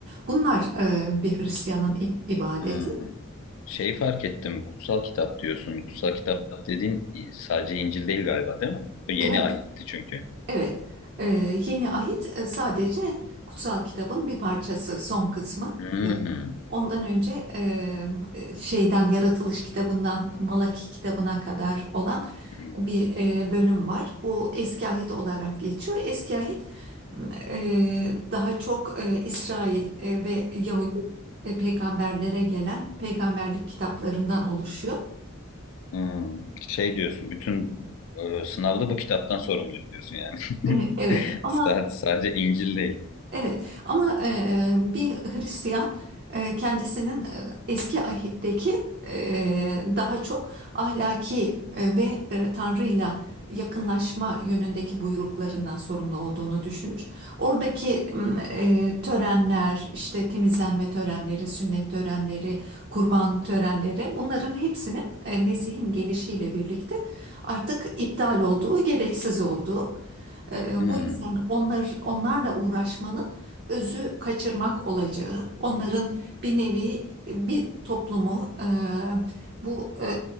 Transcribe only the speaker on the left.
Hmm. Şey fark ettim, kutsal kitap diyorsun. Kutsal kitap dediğin sadece İncil değil galiba, değil mi? O yeni
ahitti çünkü.
Hmm,
hmm,
hmm. Şey diyorsun, bütün e, sınavda bu kitaptan sorumluyuz diyorsun yani. <laughs>
Sa- Sadece İncil değil.
Hmm,